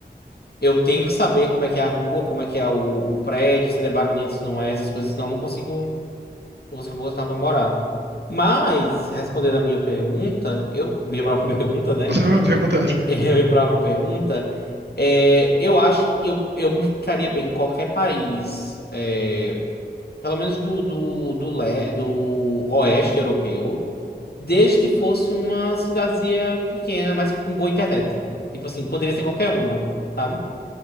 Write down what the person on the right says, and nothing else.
Essa é uma pergunta ótima.